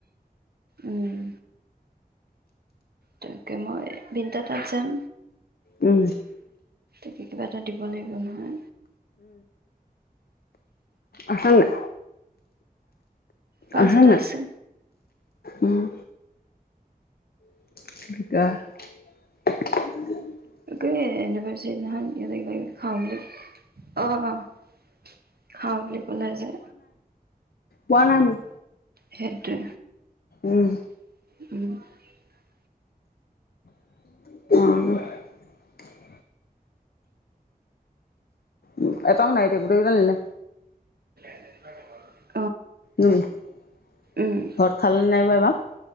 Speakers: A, on the right; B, on the left.
A: উম। তাকে মই বিনিতা তাত যাম।
B: উম।
A: <inaudible> দিব লাগিব নহয়।
B: আছে নাই।
A: পাঁচ
B: আছা
A: এটা
B: নাই?
A: আছে।
B: উম, <inaudible> <inaudible>
A: এ অন্নিভাৰচাৰি দিনা খন সিহঁতে কিবা কিবি খাওঁ বুলি, অ অ খাওঁ বুলি ক'লে যে,
B: কুৱা নাই মোক।
A: সেইটোৱে
B: উম
A: <inaudible>
B: <inaudible> অ' এটাও নাই দিয়ক গোটেই কেইটা নিলে।
A: <inaudible>
B: উম ঘৰত
A: উম
B: খালেনে নাইবা এইবাৰ।